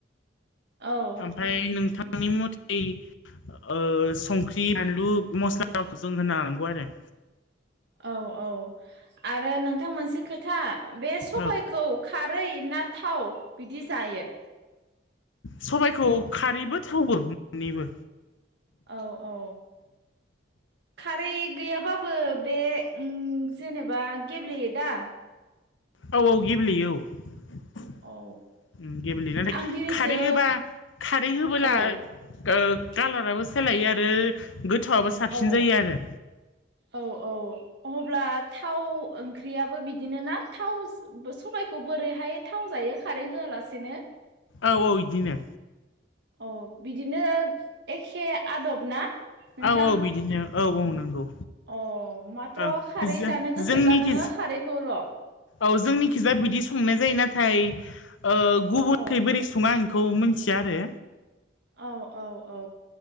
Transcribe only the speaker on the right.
औ।
औ औ आरो नोंथां मोनसे खोथा। बे सबायखौ
खारै ना थाव बिदि जायो?
औ औ खारै गैयाबाबो बे जेनेबा गेब्लेयो दा।
औ
आं दिनैसो
औ
औ
औ औ अब्ला थाव ओंख्रियाबो बिदिनो ना थाव। सबबायखौ बोरैहाय थाव जायो खारै होआलासेनो
औ बिदिनो एखे आदब ना नोंथां
अ माथ्र'
खारै जानो गोसोब्ला
नोङो खारैखौल'
औ
औ औ औ